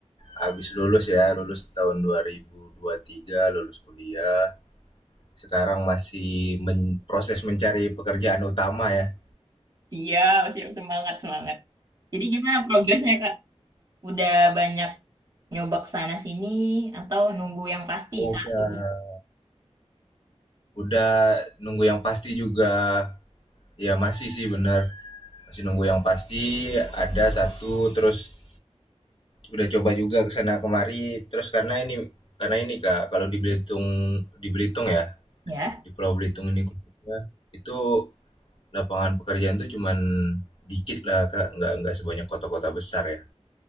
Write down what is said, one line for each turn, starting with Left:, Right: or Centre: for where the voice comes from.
Left: habis lulus ya, lulus tahun dua ribu dua ribu tiga, lulus kuliah. Sekarang masih men- proses mencari pekerjaan utama ya.
Right: Siap, siap, semangat, semangat. Jadi gimana progresnya Kak? Udah banyak nyobak sana sini atau nunggu yang pasti
Left: Udah.
Right: satu?
Left: Udah nunggu yang pasti juga. Ya masih sih bener. Masih nunggu yang pasti ada satu terus udah coba juga kesana sana kemari terus karena ini karena ini Kak kalau di Belitung di Belitung ya
Right: Ya,
Left: di Pulau Belitung ini khususnya itu lapangan pekerjaan tuh cuman dikit lah Kak nggak nggak sebanyak kota-kota besar ya